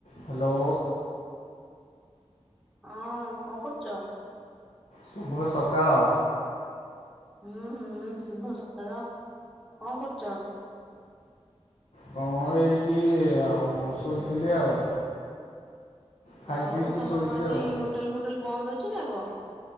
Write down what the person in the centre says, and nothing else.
ହଁ କଣ କରୁଚ?
ହୁଁ-ହୁଁ ଶୁଭ ସକାଳ, କଣ କରୁଚ?
ଆଉ
ତମର
କଣ ଆଜି
ହୋଟେଲ୍ ଫୋଟେଲ୍ ବନ୍ଦ ଅଛି ନା କଣ?